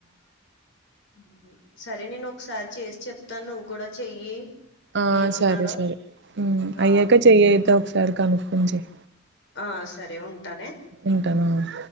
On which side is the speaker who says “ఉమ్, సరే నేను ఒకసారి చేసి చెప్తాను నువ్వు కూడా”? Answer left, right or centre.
Left